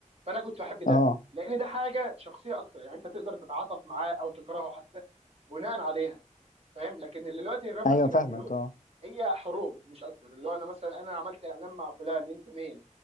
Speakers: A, on the right; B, on the left.
A: فانا كنت بحب ده
B: اه
A: لان ده حاجه شخصيه اكتر يعني انت تقدر تتعاطف معاه او تكرهه حتى بناء عليها فاهم لكن اللي دلوقتي الرابرز
B: ايوه
A: بيعملوه
B: فاهمك اه
A: هي حروب مش اكتر اللي هو انا مثلا انا عملت اعلان مع فلان انت مين